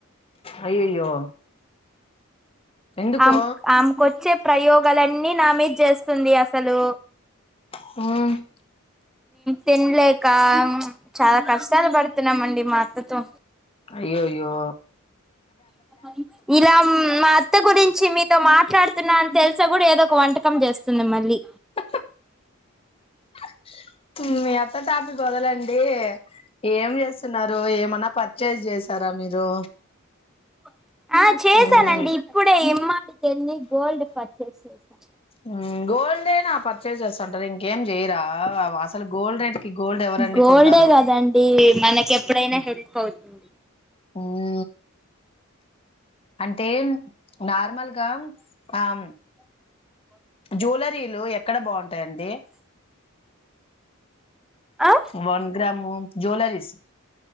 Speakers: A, on the left; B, in the centre.
A: అయ్యయ్యో ఎందుకు
B: అమ్మ్, అమ్మ్ కోచేయ్. ప్రయోగాలన్నీ నా మీద చేస్తుంది, అసలు!
A: హ్మ్మ్!
B: తినలేకా. <inaudible> చాలా కష్టాలు పడుతున్నాం అండి, మాత్. కూర్చో.
A: అయ్యయ్యో!
B: <inaudible> ఇల్లా, మా అత్త గురించ. ఛీ మీతో మాట్లాడుతున్నా అని తెలిసి కూడా ఏదో ఒక వంటకం చేస్తుంది మళ్లీ.
A: హా హా <unintelligible> మీ అత్త టాపిక్ వదలండేహ్, ఏం చేస్తున్నారు? ఏమైనా పర్చేజ్ చేశారా మీరు?
B: <inaudible> ఆ చేశానండి
A: మ్మ్
B: ఇప్పుడే. డీమార్ట్‌కి వెళ్లి గోల్డ్ పర్చేజ్ చేశా.
A: హ్మ్, గోల్డ్ ఏనా? పర్చేజ్ చేసుంటారా, ఇంకేం జె? చేయరా, అసలు గోల్డ్ రేట్‌కి ఎవరండీ గోల్డ్
B: గోల్డే
A: కొంటారు?
B: కదండి మనకి ఎప్పుడైనా
A: <inaudible>
B: హెల్ప్ అవుతుంది
A: ఊహూ, అంటే. నార్మల్‌గా అమ్మ్. జ్యువెలరీలు, ఎక్కడ బాగుంటుందండి?
B: ఆ
A: వన్ గ్రాము. జ్యువెలరీస్.